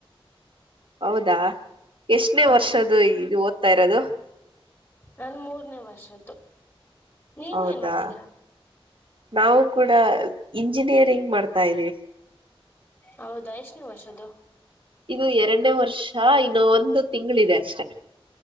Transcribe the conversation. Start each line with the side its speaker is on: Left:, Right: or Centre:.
Right: ಹೌದಾ ಎಷ್ಟನೇ
Left: ಹ
Right: ವರ್ಷ್ದ ಇದು ಓದ್ತಾ ಇರೋದು
Left: ನನ್ ಮೂರನೇ ವರ್ಷದ್ದು ನೀವು
Right: ಹೌದಾ
Left: ಏನ್ ಮಾಡ್ತಿದ್ದೀರಾ
Right: ನಾವು ಕೂಡ ಇಂಜಿನಿಯರಿಂಗ್ ಮಾಡ್ತಾ ಇದ್ದೀವಿ
Left: ಹೌದಾ ಎಷ್ಟ ನೆ ವರ್ಷದು
Right: ಇದು ಎರಡನೇ ವರ್ಷ ಇನ್ನು ಒಂದು ತಿಂಗಳಿದೆ ಅಷ್ಟೆ